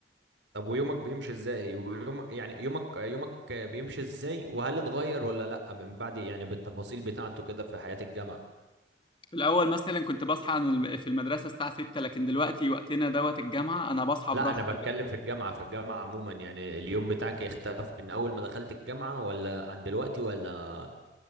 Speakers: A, on the right; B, on the left.
A: طب ويومك بيمشي ازاي ويوم يعني يومك يومك بيمشي ازاي وهل اتغير ولا لا من بعد يعني بالتفاصيل بتاعته كده في حياة الجامعة
B: في الأول مثلا كنت بصحى عن الم- في المدرسة الساعة 6 لكن دلوقتي وقتنا دوت الجامعة أنا بصحى
A: لا
B: براحتي
A: انا بتكلم في الجامعة في الجامعة عموما يعني اليوم بتاعك اختلف من اول ما دخلت الجامعة ولا عن دلوقتي ولا